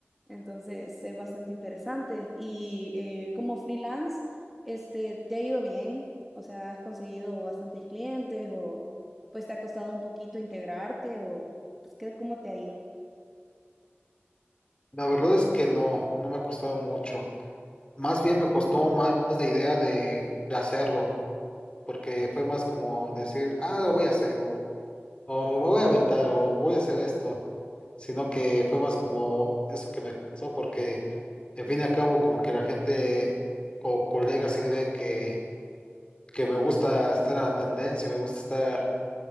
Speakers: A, in the centre; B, on the left.
A: Entonces, es bastante interesante. Y eh, como freelance, este, ¿te ha ido bien? O sea, ¿has conseguido bastantes clientes o pues te ha costado un poquito integrarte o pues, ¿qué, cómo te ha ido?
B: La verdad es que no, no me ha costado mucho. Más bien me costó más la idea de, de hacerlo, porque fue más como decir, ah, lo voy a hacer, o, o me voy a aventar, o voy a hacer esto, sino que fue más como eso que me costó, porque en fin y al cabo, como que la gente o colegas sí ven que, que me gusta estar a la tendencia, me gusta estar